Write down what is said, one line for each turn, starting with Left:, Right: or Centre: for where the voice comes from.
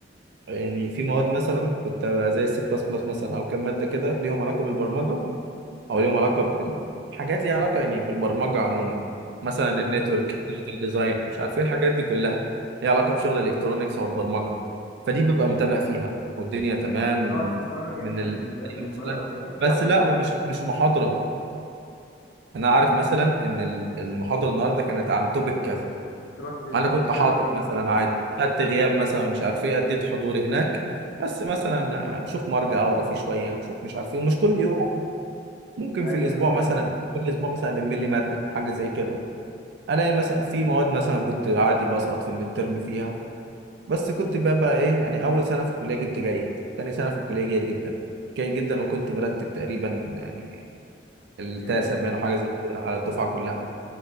Right: يعني في مواد مثلا كنت أبقى زي السي بلس بلس مثلا او كام ماده كده ليهم علاقه بالبرمجه او ليهم علاقه بالحاجات ليها علاقه يعني بالبرمجه عموما مثلا النتورك
Left: ايوه
Right: ديجيتال ديزاين مش عارف ايه الحاجات دي كلها ليها علاقه بشغل الالكترونيكس او البرمجه فدي ببقى متابع فيها والدنيا تمام ومن
Left: تقعد تتفرج يعني من
Right: ال...
Left: فيديوهات من
Right: مثلا
Left: بره وكده
Right: بس لا ومش مش محاضره انا عارف مثلا ان ال- المحاضره النهارده كانت عن توبيك كذا
Left: تروح ت- ت-
Right: انا كنت حاضر
Left: تقرا فيه
Right: مثلا عادي خدت غياب مثلا مش عارف ايه اديت حضوري هناك بس مثلا آه، اشوف مرجع اقرا فيه شويه اشوف مش عارف ايه ومش كل يوم ممكن
Left: ايوه
Right: في الاسبوع
Left: ايوه
Right: مثلا
Left: ايوه
Right: كل اسبوع مثلا الم لي ماده حاجه زي كده الاقي مثلا في مواد مثلا كنت عادي بسقط في الميد ترم فيها بس كنت بقى, بقى ايه يعني اول سنه في الكليه جبت جيد تاني سنه في الكليه جيد جدا جيد جدا وكنت مرتب تقريبا يعني التاسع
Left: جامد
Right: باين أو حاجه زي كده على الدفعه
Left: جامد
Right: كلها
Left: والله